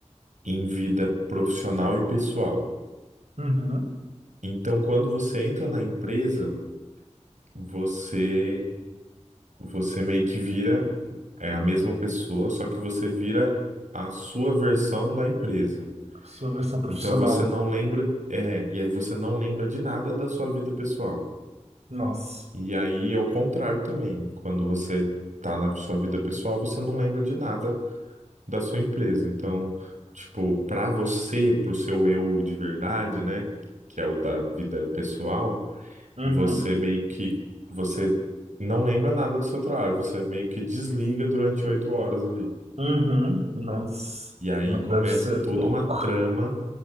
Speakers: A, on the right; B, on the right.
A: em vida profissional e pessoal.
B: Uhum.
A: Então, quando você entra na empresa, você você meio que vira é a mesma pessoa, só que você vira a sua versão da empresa.
B: Sua versão profissional.
A: Então você não lembra, é, e aí você não lembra de nada da sua vida pessoal.
B: Nossa.
A: E aí ao contrário também, quando você tá na sua vida pessoal, você não lembra de nada da sua empresa. Então, tipo, para você, pro seu eu de verdade, né, que é o da vida pessoal,
B: Uhum.
A: Você meio que você não lembra nada do seu trabalho, você meio que desliga durante oito horas ali.
B: Uhum. Nossa.
A: E aí
B: Nossa,
A: começa
B: deve ser
A: toda
B: louco.
A: uma
B: <laughs>
A: trama